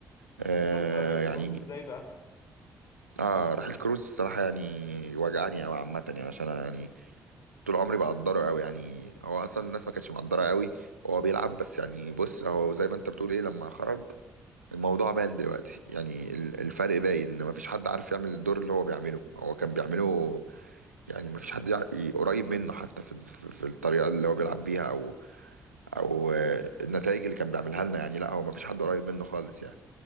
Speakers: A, on the right (about 80°); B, on the left (about 55°).
A: آه
B: وشفت رحيل
A: يعني
B: كروس ازاي بقى
A: اه رحيل كروس الصراحه يعني وجعني قوي عامه يعني عشان أنا يعني طول عمري بقدره قوي يعني هو اصلا الناس ما كانتش مقدره قوي وهو بيلعب بس يعني بص هو زي ما انت بتقول ايه لما خرج الموضوع باين دلوقتي يعني ال- الفرق باين ان مفيش حد عارف يعمل الدور اللي هو بيعمله هو كان بيعمله يعني مفيش حد يع- ي- قريب منه حتى في في في الطريقة اللي هو بيلعب بيها او او آه، النتائج اللي كان بيعملها لنا يعني لا هو مفيش حد قريب منه خالص يعني